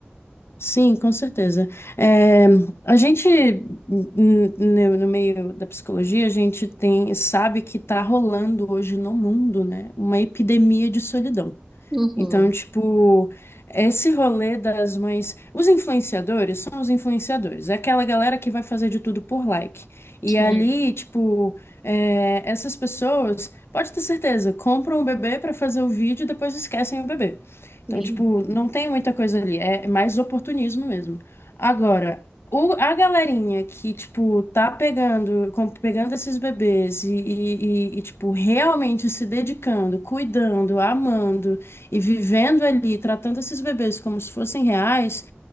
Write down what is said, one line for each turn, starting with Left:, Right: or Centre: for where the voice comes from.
Left: Sim, com certeza. É, a gente, n- n- no meio da psicologia, a gente tem, sabe que tá rolando hoje no mundo, né, uma epidemia de solidão.
Centre: Uhum,
Left: Então, tipo, esse rolê das mães. Os influenciadores são os influenciadores, é aquela galera que vai fazer de tudo por like. E
Centre: sim,
Left: ali, tipo, é, essas pessoas, pode ter certeza, compram o bebê pra fazer o vídeo e depois esquecem o bebê.
Centre: sim,
Left: Então, tipo, não tem muita coisa ali, é mais oportunismo mesmo. Agora, o- a galerinha que, tipo, tá pegando, com- pegando esses bebês e, e, e- e, tipo, realmente se dedicando, cuidando, amando e vivendo ali, tratando esses bebês como se fossem reais,